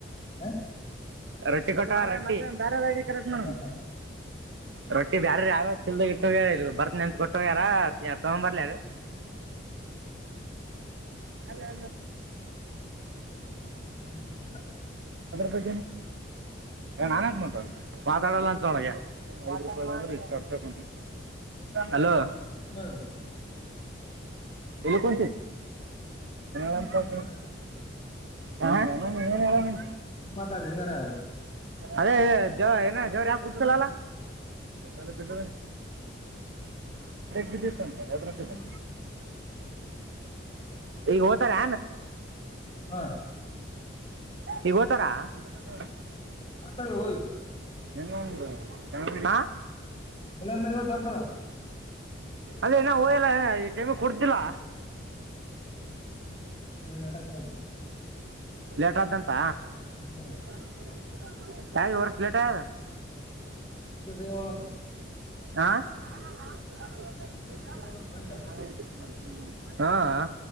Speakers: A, on the left; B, on the right.
A: ಬೇಡ
B: ರೊಟ್ಟಿ ಕೊಟ್ಟ ರೊಟ್ಟಾರ ಕರ
A: ಬೇಡ
B: ನ <unintelligible>
A: ಬೇಡ ಬೇಡ
B: ರೊಟ್ಟಿ ಬ್ಯಾರ ರ ಯಾವ <unintelligible> ಲ್ದ ಇಟ್ಟೋಗ್ಯಾರ ಇದು ಬರ್ತನೆೆಂತ ಕೊಟ್ಟೋಗ್ಯಾರ ತಗೊಂಬರ್ಲಾರ <unintelligible> ಹಲೋ
A: ಬೇಡ ಬೇಡ
B: ದ ನಾನ ಮಾತಾಡಲ್ಲ ಅಂತೊಳಗೆ ಒ್ ರೂಪಾಯಂದ್ರ ಇಷ್ಟುಸ ಅಲೋ
A: ಹ್ಮ
B: ಇಲ್ಲಿತಿ
A: ನೀ ಮಾತಾಡ್
B: ಮಂತ
A: ನಿನಗ
B: ಹಾ ಏನ್ಲ್ಲ ನಿ
A: ನೀನ್ ಮಾತಾಡ್ಿ ನನಾರು
B: ಅದೇ ಜವ ಏನ ಜವರ್ ಯಾಕ ಕುಡ್ತಲ್ಲ ಅಲ್ಲಾ ಾಲ ಬಿದ್ದ ಬಿದ್ದ
A: ಲೇಟ್ ಹಂಗ
B: ಬ
A: ಲೇಟ್
B: ಈಗ ಹತಾರೆ
A: ಹಾ
B: ಈಗ ಹೋತಾರಾ ಹ್ಮ್
A: ಮತ್ತ ಹಲ್
B: ಎ ಉ
A: ಬಲ್ಲಾರ್ ಮನೆ ಹೋಗಿ ತರ್ತಾರ
B: ಅದೇನ ಹೋಯಲ್ಲ ಈ ಟೈಮಿಗೆ ಕುಡ್ದಿಲ್ಲ
A: ನೀಲ್ಲಡಕ್ ನೋ್ದ
B: ಲೇಟ್ ಆತನಪಾ
A: ಹ್ಮ್
B: <unintelligible>
A: <unintelligible>
B: ಆ <unintelligible>
A: ಪಂಚ ಸಿಗೋಲ್ಲ ಅಂತ ಪಂಚ
B: ಹಾ ಹಾ